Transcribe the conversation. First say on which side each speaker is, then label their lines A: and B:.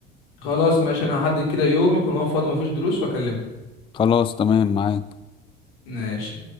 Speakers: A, on the left; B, on the left.
A: خلاص ماشي انا هحدد كده يوم يكون هو فاضي مفيش دروس واكلمها
B: خلاص تمام معاك
A: ماشي